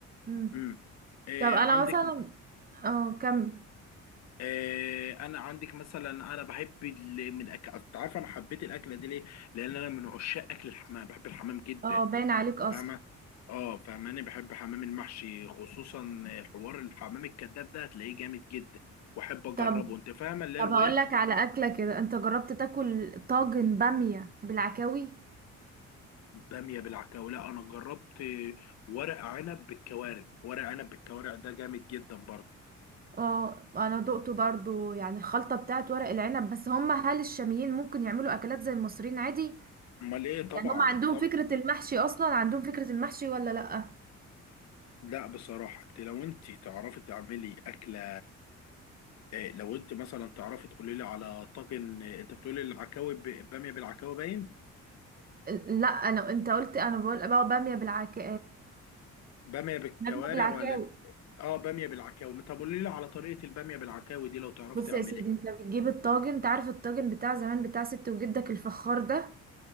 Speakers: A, on the right (about 30°); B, on the left (about 60°).
A: مم.
B: امم إيه
A: طب أنا
B: عندك
A: مثلا اه كم
B: إيه انا عندك مثلا انا بحب ال- من الاكل أصل أنت عارف انا حبيت الاكله دي ليه لان انا من عشاق اكل الحمام بحب الحمام جدا
A: اه باين عليك أصلا
B: فاهمة اه فاهماني بحب حمام المحشي خصوصا حوار الحمام الكذاب ده هتلاقيه جامد جدا واحب اجربه
A: طب
B: انت فاهمة اللي
A: طب
B: هي الورك
A: هقول لك على أكلة كده أنت جربت تاكل طاجن بامية بالعكاوي
B: بامية بالعكاوي لا انا جربت ورق عنب بالكوارع ورق عنب بالكوارع ده جامد جدا برضه
A: اه أنا دقته برضو يعني الخلطة بتاعت ورق العنب بس هم هل الشاميين ممكن يعملوا أكلات زي المصريين عادي؟
B: امال ايه طبعا
A: يعني هم عندهم
B: طبعا
A: فكرة المحشي أصلا عندهم فكرة المحشي ولا لأ؟
B: لا بصراحة انت لو انت تعرفي تعملي اكلة إيه لو انت مثلا تعرفي تقولي لي على طاجن إيه، انت بتقولي العكاوي ب- بامية بالعكاوي باين
A: لا انا انت قلت انا بقول بقى باميه بالعك
B: بامية بالكوارع
A: نبت العكاوي
B: ولا اه باميه بالعكاوي طب قولي لي على طريقه الباميه بالعكاوي دي لو تعرف
A: بص
B: تعمليها
A: يا سيدي انت بتجيب الطاجن انت عارف الطاجن بتاع زمان بتاع ست وجدك الفخار ده